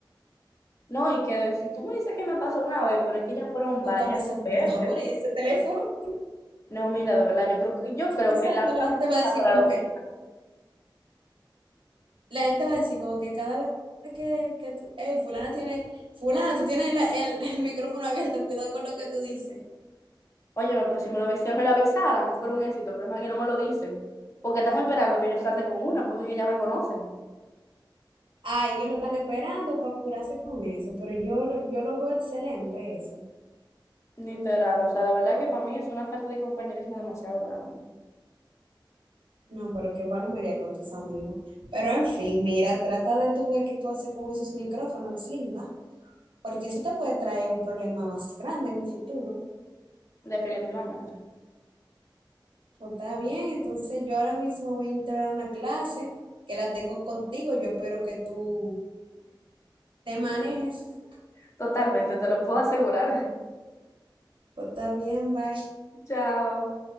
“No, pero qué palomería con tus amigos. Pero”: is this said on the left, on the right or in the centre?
Right